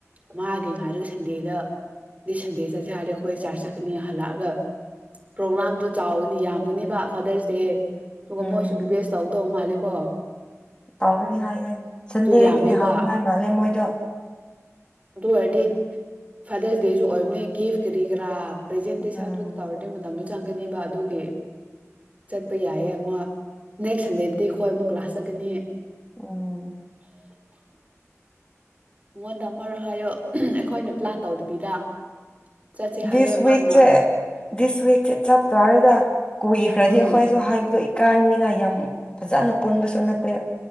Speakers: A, on the right (about 25°); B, on the left (about 20°).
A: ꯃꯥꯒꯤ ꯉꯥꯏꯔꯒ ꯁꯟꯗꯦꯗ ꯗꯤ ꯁꯟꯗꯦ ꯆꯠꯁꯦ ꯍꯥꯏꯔꯗꯤ ꯑꯩꯈꯣꯏ ꯆꯥꯔꯆ ꯆꯠꯀꯅꯤ ꯍꯜꯂꯛꯑꯒ ꯄ꯭ꯔꯣꯒ꯭ꯔꯥꯝꯗꯣ ꯆꯥꯎꯒꯅꯤ ꯌꯥꯝꯒꯅꯤꯕ ꯐꯥꯗꯔꯁ ꯗꯦ ꯇꯨꯒ
B: ꯎꯝ
A: ꯃꯣꯏꯁꯨ ꯕꯤꯕꯤ ꯑꯦꯁ ꯇꯧꯗꯣ ꯃꯥꯂꯦꯕꯣ ꯀꯣ
B: ꯇꯧꯒꯅꯤ ꯍꯥꯏꯌꯦ ꯁꯟꯗꯦꯗꯒꯤ
A: ꯌꯥꯝꯃꯦꯕ
B: ꯍꯥꯎꯅꯤꯉꯥꯏ ꯃꯥꯜꯂꯦ ꯃꯣꯏꯗꯣ
A: ꯑꯗꯨ ꯑꯣꯏꯔꯗꯤ ꯐꯥꯗꯔꯁ ꯗꯦꯁꯨ ꯑꯣꯏꯕꯅꯦ ꯒꯤꯐ ꯀꯔꯤ ꯀꯔꯥ ꯄ꯭ꯔꯦꯖꯦꯟꯗꯦꯁꯟꯗꯣ
B: ꯎꯝ
A: ꯇꯧꯔꯗꯤ ꯃꯇꯝꯗꯨ ꯆꯪꯒꯅꯤꯕ ꯑꯗꯨꯒꯤ ꯆꯠꯄ ꯌꯥꯏꯌꯦ ꯃ ꯅꯦꯛꯁ ꯁꯟꯗꯦꯗꯗꯤ ꯑꯣꯏ ꯑꯃꯨꯛ ꯀ꯭ꯂꯥꯁ ꯆꯠꯀꯅꯤ
B: ꯑꯣ
A: ꯃꯉꯣꯟꯗ ꯑꯃꯔꯛ ꯍꯥꯏꯌꯣ ꯑꯩꯈꯣꯏꯅ ꯄ꯭ꯂꯥꯟ ꯇꯧꯗꯕꯤꯗ ꯆꯠꯁꯤ ꯍꯥꯏꯌꯦ
B: ꯗꯤꯁ
A: ꯃꯥꯅ
B: ꯋꯤꯛꯆꯦ ꯗꯤꯁ ꯋꯤꯛꯆꯦ ꯆꯞ ꯆꯥꯔꯦꯗ ꯀꯨꯏꯈ꯭ꯔꯗꯤ
A: ꯎꯝ
B: ꯑꯩꯈꯣꯏꯁꯨ ꯍꯥꯏꯕꯗꯣ ꯏꯀꯥꯏꯅꯤꯅ ꯌꯥꯝ ꯐꯖꯅ ꯄꯨꯟꯕꯁꯨ ꯅꯠ ꯇꯦ